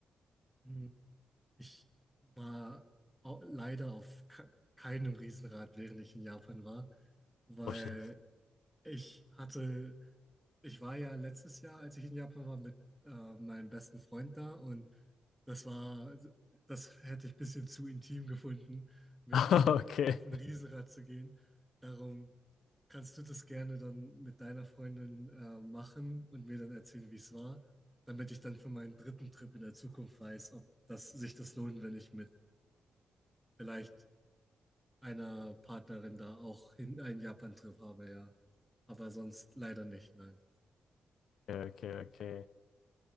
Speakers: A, in the centre; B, on the left.
A: Hm. Ich war au- leider auf ke- keinem Riesenrad, während ich in Japan war, weil
B: Oh shit.
A: ich hatte Ich war ja letztes Jahr, als ich in Japan war, mit äh, meinem besten Freund da und das war, also, das hätte ich ein bisschen zu intim gefunden, mit
B: <laughs>
A: ihm
B: Okay.
A: auf ein Riesenrad zu gehen. Darum kannst du das gerne dann mit deiner Freundin äh, machen und mir dann erzählen, wie es war, damit ich dann für meinen dritten Trip in der Zukunft weiß, ob das sich das lohnt, wenn ich mit vielleicht einer Partnerin da auch hin einen Japan-Trip habe, ja. Aber sonst leider nicht, nein.
B: Okay, okay. okay.